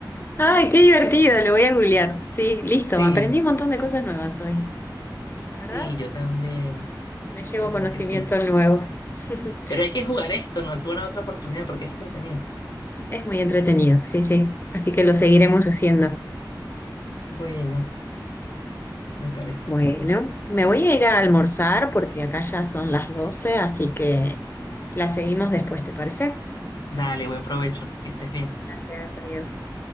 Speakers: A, on the left; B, on the left.
A: Ay, qué divertido, lo voy a googlear. Sí, listo,
B: Sí,
A: aprendí un montón de cosas nuevas hoy. La verdad,
B: sí, yo también,
A: me llevo
B: ¿verdad
A: conocimiento
B: que sí?
A: nuevo. <laughs>
B: Pero hay que jugar esto en alguna otra oportunidad porque es entretenido.
A: Es muy entretenido, sí, sí. Así que lo seguiremos haciendo.
B: Bueno, me parece.
A: Bueno, me voy a ir a almorzar porque acá ya son las 12, así que la seguimos después, ¿te parece?
B: Dale, buen provecho, que estés bien.
A: Gracias, adiós.